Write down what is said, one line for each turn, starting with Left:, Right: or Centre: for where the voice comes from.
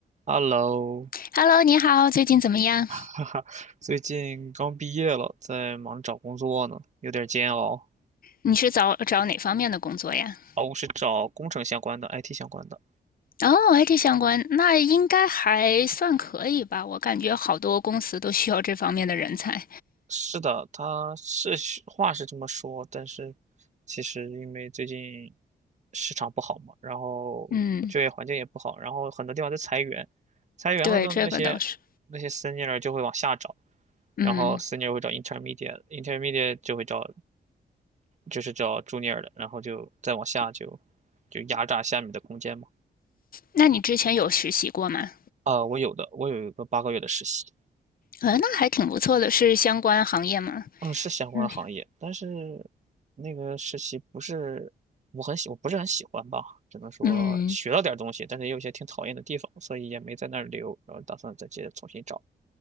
Right: Hello，
Left: Hello，你好，最近怎么样？
Right: <laughs> 哈哈，最近刚毕业了，在忙着找工作呢，有点煎熬。
Left: 你是找找哪方面的工作呀？
Right: 哦，我是找工程相关的，IT 相关的。
Left: 哦，IT 相关，那应该还算可以吧？我感觉好多公司都需要这方面的人才。
Right: 是的，他是是话是这么说，但是其实因为最近市场不好嘛，然后就业环境也不好，
Left: 嗯，
Right: 然后很多地方在裁员，裁员了呢，
Left: 对，这个倒是。
Right: 那些那些 senior 就会往下找，
Left: 嗯，
Right: 然后 senior 会找 intermediate，intermediate 就会找就是叫朱尼尔的，然后就再往下就就压榨下面的空间嘛。
Left: 那你之前有实习过吗？
Right: 啊，我有的，我有一个八个月的实习，
Left: 呃，那还挺不错的，是相关行业吗？
Right: 嗯，是相关行业，
Left: 嗯
Right: 但是那个实习不是我很喜，我不是很喜欢吧，只能说学到点儿东西，
Left: 嗯，
Right: 但是也有一些挺讨厌的地方，所以也没在那儿留，然后打算再接着重新找。